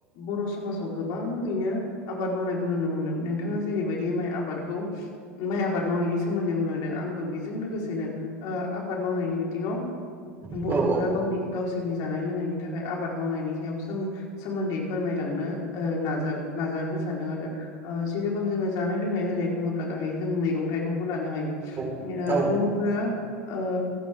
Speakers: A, on the left; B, on the right.
A: बर समाजाव गोबाङैनो आबाद मावनाय खौ नुनो मोनोमोन नोंथाङा जेरैबायदि माइ आबाद खौ माइ आबाद मावनायनि सोमोन्दै बुंलांदों आंबो बेजों लोगोसेनो ओ आबाद मावनायनि बिथिङाव
B: औ
A: बरफोरा गावनि गावसोरनि जानाय लोंनायनि थाखाय आबाद मावनायनि सायाव सोमो सोमोन्दै फोरमायलांनो ओ नाजागो नाजानो सानदों आरो ओ जेरेखम जोङो जानाय लोंनाय होननाय बुङोब्ला गाहायै जों मैगं थाइगंखौ लानो हायो।
B: औ
A: ओ
B: औ उम
A: बर' आ ओ